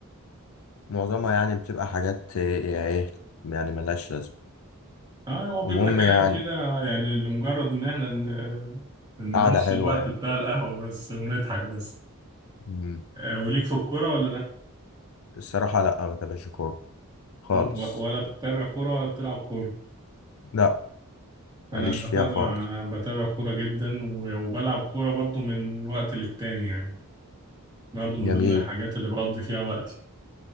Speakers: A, on the left (about 70°); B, on the right (about 20°).
A: معظمها يعني بتبقى حاجات ايه إيه، يعني ملهاش لازمه
B: اه هو بيبقى
A: المهم
B: كلام
A: يعني
B: كده يعني لمجرد ان احنا ن- نمشي
A: قعده حلوه
B: الوقت
A: يعني
B: بتاع القهوة بس ونضحك بس
A: مم.
B: آه، وليك في الكورة ولا لا
A: الصراحه لا ما تابعش كوره خالص
B: م- و- ولا بتتابع كورة ولا بتلعب كورة
A: لا
B: انا
A: ماليش فيها
B: بتابع
A: خالص
B: بتابع كورة جدا و- وبلعب كورة برضو من وقت للتاني يعني برضو من
A: جميل
B: ضمن والله الحاجات اللي بقضي فيها وقتي